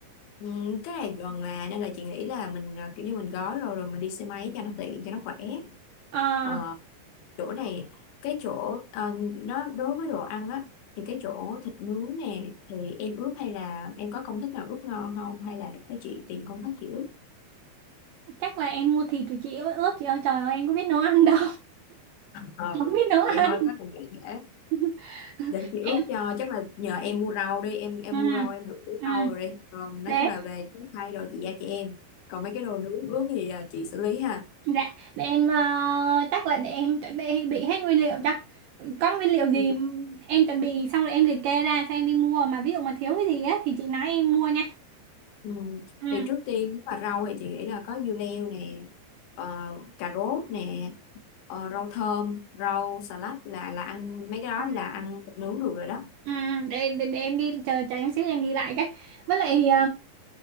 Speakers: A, on the left (about 75°); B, on the right (about 75°).
A: ừ, cái này gần là nên là chị nghĩ là mình à, kiểu như mình gói rồi rồi mình đi xe máy cho nó tiện cho nó khỏe
B: ờ
A: Ờ, chỗ này cái chỗ ờ, nó đối với đồ ăn á thì cái chỗ thịt nướng nè thì em ướp hay là em có công thức nào ướp ngon không hay là để chị tìm công thức chị ướp
B: chắc là em mua thịt rồi chị ơi ướp chị ơi trời ơi em có biết nấu ăn đâu
A: ờ
B: <laughs> không biết nấu ăn
A: vậy thôi chắc mình để để
B: <laughs>
A: để chị ướp
B: em
A: cho chắc là nhờ em mua rau đi em em
B: ừ
A: mua rau em được ướp
B: ừ
A: rau rồi đi còn nói
B: để
A: chung là về trái cây rồi chị giao cho em còn mấy cái đồ nướng ướp thì à, chị xử lý ha
B: Dạ, để em ờ, chắc là để em chuẩn bị bị hết nguyên liệu chắc. Có nguyên liệu gì
A: Ừ.
B: em chuẩn bị xong rồi em liệt kê ra cho em đi mua mà ví dụ mà thiếu cái gì á thì chị nói em mua nha.
A: Ừ.
B: Ừ.
A: Thì trước tiên nếu mà rau thì chị nghĩ là có dưa leo nè ờ, cà rốt nè ờ, rau thơm rau xà lách là là ăn mấy cái đó
B: Ừ,
A: là ăn thịt nướng được rồi đó
B: ừ, để, để, để em ghi chờ chờ em xíu em ghi lại cái. Với lại